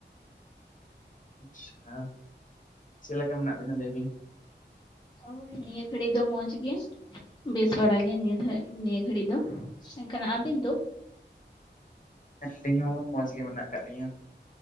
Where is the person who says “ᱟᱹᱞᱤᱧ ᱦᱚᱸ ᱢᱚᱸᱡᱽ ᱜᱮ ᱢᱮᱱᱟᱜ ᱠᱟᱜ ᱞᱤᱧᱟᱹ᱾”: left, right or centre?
Left